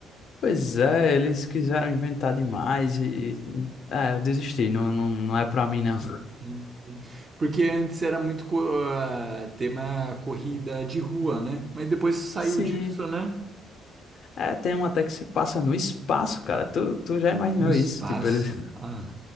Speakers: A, on the left; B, on the right.
A: Pois é, eles quiseram inventar demais e... e- É, eu desisti. Não, não, não é pra mim, não.
B: Uhum. Porque antes era muito co- ah, tema corrida de rua, né? Mas depois saiu
A: <laughs> Sim,
B: disso, né?
A: É, tem um até que se passa no espaço, cara. Tu, tu já imaginou
B: No espaço.
A: isso? Tipo, eles <laughs>
B: Ah,